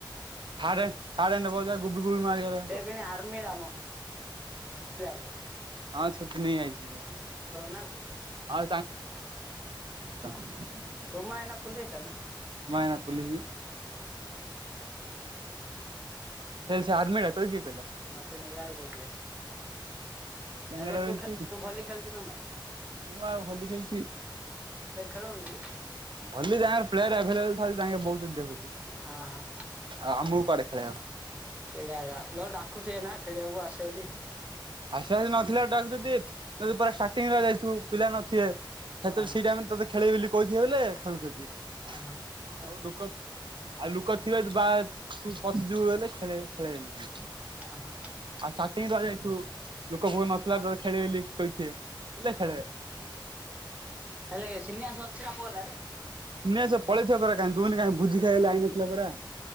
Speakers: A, on the right; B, on the right.
A: ହଁ ରେ ସାର୍ ଏଇନା କହୁଥିଲା ବୁବୁ କୁ ମାରିବା ପାଇଁ
B: <unintelligible> ଆରମ୍ଭିଲା ରେ
A: ହଁ ଛୁଟି ନେଇ ଆଇଛି ହଁ
B: ନା କୋଉଠର। ହଁ
A: <unintelligible>
B: ତୁମ ମା ୟେନା ଫୁଲେଇସନା
A: ମା ଏଇନା ଫୁଲିଇସି ହେ ସେ ଆର୍ମି ଟା ତତେ କିଏ କହିଲା?
B: ମତେ ନିଳା ଭାଇ କହୁଥିଲେ।
A: ଡେଙ୍ଗାରେ
B: ହେଲେ
A: ରହିଛି
B: ତୁ ଖେ ତୁ ଭଲି ଖେଳୁଛୁ ନା ନାଇଁ
A: ମୁଁ ଆଉ ଭଲି ଖେଳିଛି।
B: ତ ଖେଳୁନୁ କି?
A: ଭଲି ଯାହା ହଉ ପ୍ଲେୟାର ଆଭେଲେବଲ୍ ଥାଉ ତାଙ୍କେ ବହୁ <unintelligible>
B: ହଁ ହଁ
A: ଆଉ ଆମକୁ କୁଆଡେ ଖେଳେଇବ
B: ସେଇଟା ଏକା ନ ହେଲେ ଡାକୁଥିବେନା ଖେଳିଆକୁ ଆସିବାକୁ
A: ଆସେ ଆସି ନଥିଲା ଡାକୁ ଯଦି ଯଦି ପୁରା ଷ୍ଟାଟିଙ୍ଗ୍ ରୁ ଯାଇଥିବୁ ପିଲା ନଥିବେ।
B: ହୁଁ
A: ସେତେବେଳେ ସେଇ ଟାଇମରେ ତୋତେ ଖେଳେଇବି
B: ହୁଁ
A: ବୋଲି କହିଥିବେ ବୋଲେ ଖେଳୁଛନ୍ତି
B: ହୁଁ।
A: ଆଉ ଲୁକୋ ଆଉ ଲୁକୋ ଥିବେ ବା ତୁ ପସିଯିବୁ ହେଲେ ଖେଳେ ଖେଳିବନି ବୋଲି
B: ହଁ ହଁ।
A: ଆଉ ଷ୍ଟାଟିଙ୍ଗ୍ ରୁ ଯାଇଥିବୁ ଲୁକୋ ଫୁକ ବହୁତ ନଥିଲା ରୁ ଖେଳଉଥିବେ କହୁଥିବେ
B: ହେଲେ ସିନ୍ୟାସ ଅଛିି ପହଲାରେ
A: ସିନି ଭାଇ ପଳେଇଥିବ ପୁରା <unintelligible>